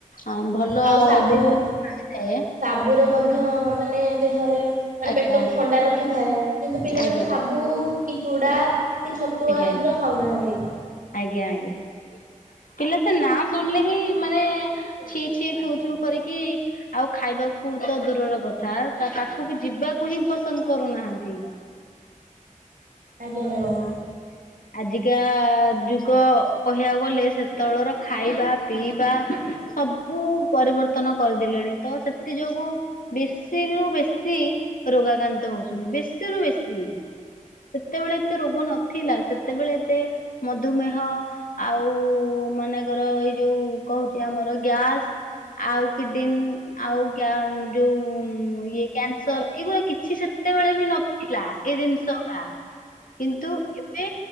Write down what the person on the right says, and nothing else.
ଆଉ ସାବୁ
ସାବୁରେ ମଧ୍ୟ ମାନେ ଦେହରେ ମାନେ
ପେଟକୁ ଥଣ୍ଡା ରଖିଥାଏ କିନ୍ତୁ ପିଲାମାନେ
ସାବୁ କି ଚୁଡ଼ା କି ଛତୁଆ
ଏଗୁରା ଖାଉନାହାନ୍ତି।
ଆଜ୍ଞା ମ୍ୟାଡ଼ାମ